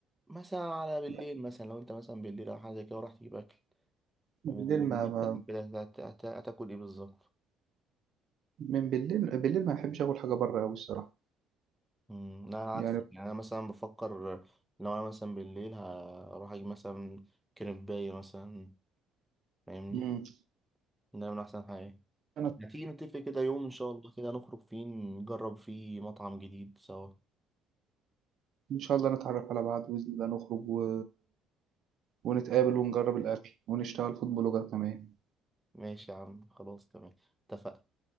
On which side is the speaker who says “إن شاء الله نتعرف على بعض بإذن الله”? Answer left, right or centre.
Right